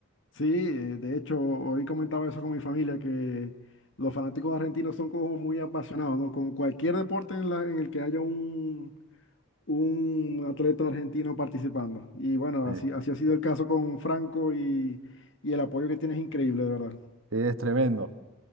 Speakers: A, on the left; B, on the right.
A: Sí, eh, de hecho, hoy comentaba eso con mi familia, que los fanáticos argentinos son como muy apasionados, ¿no? Con cualquier deporte en, la- en el que haya un, un atleta argentino participando. Y bueno,
B: Sí.
A: así, así ha sido el caso con Franco y, y el apoyo que tiene es increíble, de verdad.
B: Es tremendo.